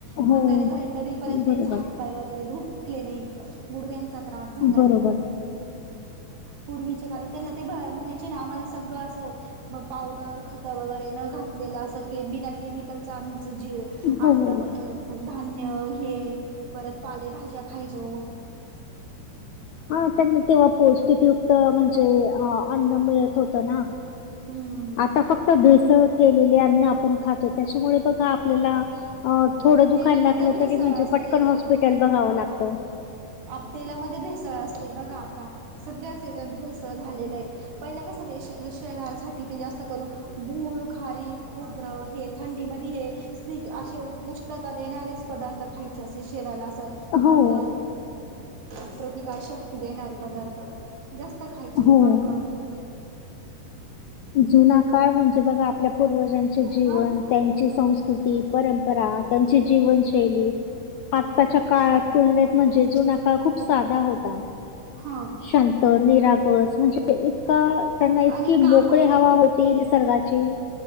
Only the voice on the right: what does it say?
म्हातारे
झाले तरीपर्यंत त्यांचे
हातपाय वगैरे ुखले नाही गुडघ्या. त्रास झाला
नाही पूर्च्या काळी त्यां ते म्हणायची ना आम्हाला सगळं असं. मग पावडर खत वगैरे न घातलेलं असं बिना केमिकलच आमच जीव
अन्न धान्य हे परत पालेभाज्या खायचो.
हम्म
तेलामध्ये
भेसळ
असते
आप तेलामध्ये भेसळ असते बघा आता सगळ्याच याच्यात भेसळ झालेलं आहे. पहिलं कस ते शहरासाठी ते जास्त करून गूळ खारी खोबरं हे थंडीमध्ये हे. असे उष्णता देणारेच पदार्थ खायचे असे शरीराला असं.
ताकद प्रतिकार शक्ती देणारे पदार्थ जास्त खायचे
चांगलं.
हा
काही
हा
आणि काम
के
ते